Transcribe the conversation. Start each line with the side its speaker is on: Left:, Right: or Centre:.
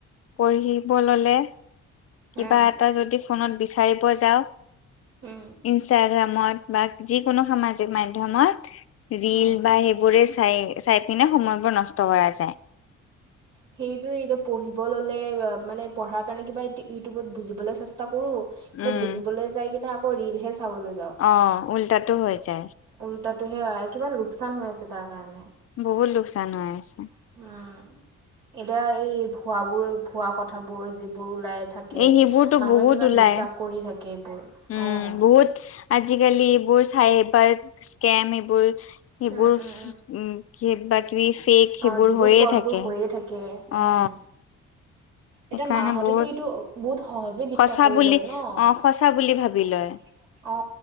Left: পঢ়িব ল'লে।
Right: উম
Left: কিবা এটা যদি ফোনত বিচাৰিব যাওঁ,
Right: উম
Left: ইনষ্টাগ্ৰামত বা যিকোনো সামাজিক মাধ্যমত ৰিল
Right: উম
Left: বা সেইবোৰে চাই, চাই পিনে সময়বোৰ নষ্ট কৰা যায়।
Right: সেইটোৱে তো পঢ়িব ল'লে, মানে পঢ়াৰ কাৰণে কিবা এটা ইউটিউবত বুজিবলে চেষ্টা কৰো। কিন্তু
Left: উম
Right: বুজিবলে যাই কিনে আকৌ ৰিলহে চাবলৈ যাওঁ
Left: অ উল্টাটো হৈ যায়
Right: উল্টাটোহে আ কিমান লোকচান হৈ আছে তাৰ কাৰণে
Left: বহুত লোকচান হৈ আছে
Right: উম এতিয়া এই ভুৱাবোৰ ভুৱা কথাবোৰ যিবোৰ ওলাই থাকে
Left: এই সেইবোৰতো
Right: মানুহে
Left: বহুত
Right: কিমান
Left: ওলাই
Right: বিশ্বাস কৰি থাকে এইবোৰ
Left: উম
Right: অঁ
Left: বহুত আজিকালি এইবোৰ চাইবাৰ স্কেম এইবোৰ সেইবোৰ
Right: উম
Left: উফ
Right: উম
Left: উম কিবা কিবি পেক সেইবোৰ
Right: অঁ যিবোৰ
Left: হৈয়ে
Right: ফ্ৰডবোৰ
Left: থাকে
Right: হৈয়ে থাকে উম।
Left: অ
Right: এতিয়া
Left: সেইকাৰণে
Right: মাহঁতেটো
Left: বহুত
Right: এইটো বহুত সহজে বিশ্বাস
Left: সঁচা
Right: কৰি
Left: বুলি
Right: লয় ন?
Left: অ সঁচা বুলি
Right: অঁ
Left: ভাবি
Right: সঁচাকে।
Left: লয়
Right: অ